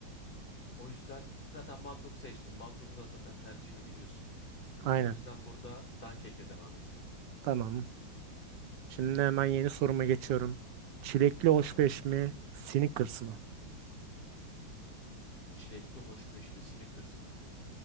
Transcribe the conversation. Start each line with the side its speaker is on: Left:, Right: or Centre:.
Left: O yüzden zaten Magnum seçtim. Magnum da zaten tercihimi biliyorsun.
Right: Aynen.
Left: O yüzden burada dankekle devam edeceğim.
Right: Tamam. Şimdi hemen yeni soruma geçiyorum. Çilekli hoşbeş
Left: Tamam.
Right: mi? Snickers mı?
Left: Çilekli hoşbeş mi, Snickers mı?